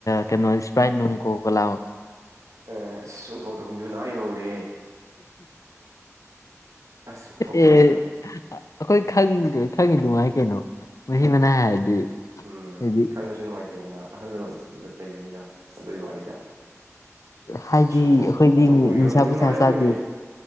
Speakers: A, on the left (about 75°); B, on the right (about 75°).
A: ꯀꯩꯅꯣ ꯄ꯭ꯔꯥꯏ ꯅꯣꯡ ꯀꯒꯂꯥꯎ
B: ꯑꯦ ꯑꯁ ꯆꯨꯝꯊꯣꯛꯗꯄ ꯃꯤꯍꯨꯅꯥꯍꯧꯔꯦ ꯑꯁ ꯑꯣꯟꯊꯣꯛꯄꯅꯤꯗ
A: ꯑꯦ ꯑꯩꯈꯣꯏ ꯈ ꯈꯪꯉꯤ ꯅꯨꯡꯉꯥꯏ ꯀꯩꯅꯣ ꯃꯍꯤ
B: ꯎꯝ
A: ꯃꯅꯥꯏ ꯍꯥꯏꯔꯗꯤ
B: ꯎꯝ
A: ꯍꯥꯏꯗꯤ
B: ꯈꯪꯉꯁꯨ ꯅꯨꯡꯉꯥꯏꯇꯦꯗꯅ ꯑꯍꯜ ꯂꯃꯟ ꯂꯩꯕꯅꯤꯅ ꯑꯗꯨꯒꯤ ꯋꯥꯅꯤꯗ
A: ꯍꯥꯏꯗꯤ
B: ꯑꯁ ꯑꯣꯟꯊꯣꯛ
A: ꯑꯩꯈꯣꯏꯗꯤ
B: ꯑꯣꯟꯊꯣꯛꯄ ꯃꯤꯍꯨꯟ
A: ꯅꯨꯡꯁꯥ
B: ꯃꯤꯍꯨꯟ
A: ꯄꯨꯁꯥ
B: ꯑꯥ ꯌꯧꯋꯦꯃꯤ
A: ꯆꯥꯗꯦ